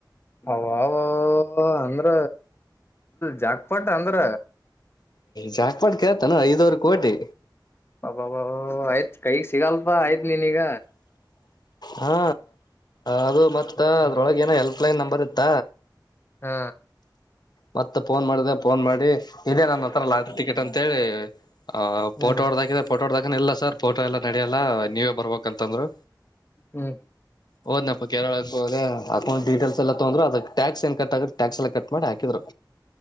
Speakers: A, on the left; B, on the left.
A: ಅವವ ಅಂದ್ರ ಜಾಾಗಪಟ್ ಅಂದ್ರ
B: ಜಾಕ್ಪಾಡ್ ಕೇಳ್ತಾನ ಐದ್ುವರ್ ಕೋಟಿ
A: ಬಬ ಆಯ್ತ್ ಕೈಗ್ ಸಿಗಲ್ಪಾ ಆಯ್ತ್ ನೀನೀಗ
B: ಹಾ ಅದು ಮತ್ತ
A: ಹ್ಮ್
B: ಅದ್ರೊಳಗೆ ಏನೋ ಹೆಲ್ಪ್ಲೈನ್ ನಂಬರ್ ಇತ್ತ
A: ಹಾ
B: ಮತ್ತ ಫೋನ್ ಮಾಡ್ದ ಫೋನ್ ಮಾಡಿ ಇದೆ ನನ್ನ ಹತ್ರ ಲಾತ್ರಿ ಟಿಕೆಟ್ ಅಂತಿ್ಫೋಟೋ
A: ಹ್ಮ್
B: ಹೊಡದ ಹಾಕಿದೆ ಫೋಟೋ ದಾಗನ <unintelligible> ಇಲ್ಲ ಸರ್ ಫೋಟೋ ಎಲ್ಲ ನಡಿಯಲ್ಲ ನೀವೇ ಬರ್ಬಕ್ ಅಂತಂದ್ರು
A: ಹ್ಮ್
B: ಹೋದ್ನಪ್ಪಾ ಕೇರಳ ಹೋದೆ ಅಕೌಂಟ್ ಡಟೇಲ್ಸ್ ಎಲ್ಲ ತೊ್ರರು ಅದ ಟ್ಯಾಕ್ಸ್ ಏನ್ ಕಟ್್ರ ಟ್ಯಾಕ್ಸ್ ಎಲ್ಲ ಕಟ್ ಮಾಡಿ ಹಾಕ್ರು